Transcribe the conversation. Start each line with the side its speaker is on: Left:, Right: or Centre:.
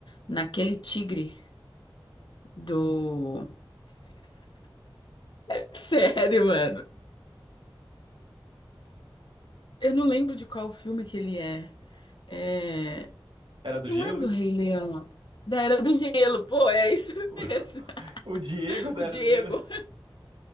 Left: naquele tigre do. <laughs> Sério, mano. Eu não lembro de qual filme que ele é. É,
Right: Era do
Left: Não
Right: gelo?
Left: é do Rei Leão. Da Era do Gelo. Pô, é isso
Right: <laughs>
Left: mesmo. <laughs>
Right: O Diego da
Left: O
Right: Era
Left: Diego.
Right: do Gelo?